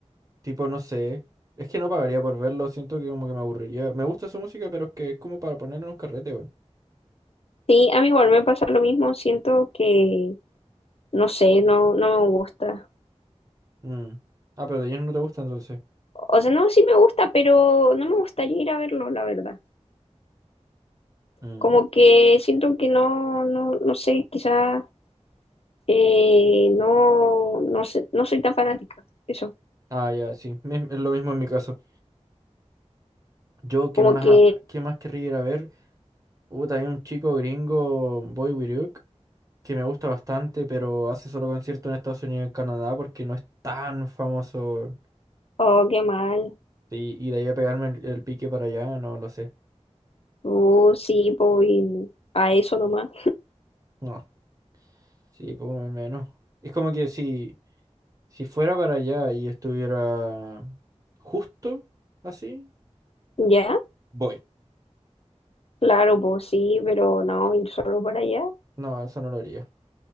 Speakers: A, on the right; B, on the left.
A: tipo, no sé. Es que no pagaría por verlo, siento que como que me aburriría. Me gusta su música, pero es que es como para poner en un carrete, weón.
B: Sí, a mí igual me pasa lo mismo, siento que, no sé, no, no me gusta.
A: Mm. Ah, pero de ellos no te gusta entonces.
B: O sea, no, sí me gusta, pero no me gustaría ir a verlo, la verdad.
A: Mm.
B: Como que siento que no, no, no sé, quizás Eh, no, no sé, no soy tan fanática. Eso.
A: Ah, ya, sí. mi- Es lo mismo en mi caso. Yo, ¿qué
B: Como
A: más,
B: que,
A: ha- qué más querría ir a ver? Hubo también un chico gringo, Boy Wiruk, que me gusta bastante, pero hace solo concierto en Estados Unidos y en Canadá porque no es tan famoso. weón.
B: oh, qué mal.
A: Sí, y de ahí a pegarme el, el pique para allá, no lo sé.
B: Uh, sí, pues y a eso nomás.
A: No. Sí, pues al menos. Es como que si, si fuera para allá y estuviera justo así,
B: ¿Ya?
A: voy.
B: Claro, pues sí, pero no, ir solo para allá.
A: No, eso no lo haría.